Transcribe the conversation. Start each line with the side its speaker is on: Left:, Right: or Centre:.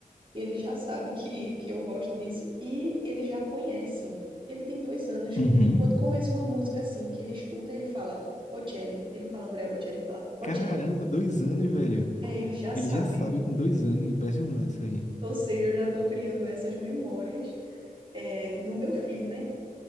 Right: Ele já sabe que, que eu gosto disso e ele já conhece. Ele tem dois anos,
Left: Uhum.
Right: mas quando começa uma música assim que ele escuta, ele fala Bocelli. Ele fala Andrea Bocelli, ele fala Bocelli.
Left: Caramba, dois anos, velho.
Right: É, ele já
Left: Ele
Right: sabe.
Left: já sabe com dois anos, impressionante isso aí.
Right: Ou seja, eu já estou criando essas memórias é, no meu filho, né?